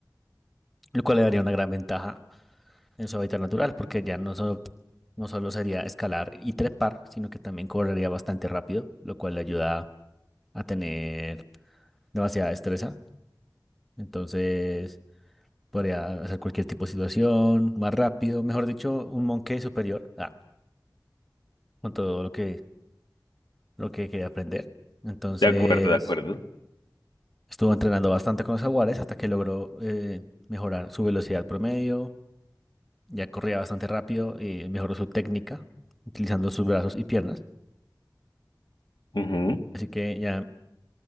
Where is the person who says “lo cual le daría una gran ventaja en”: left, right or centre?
Centre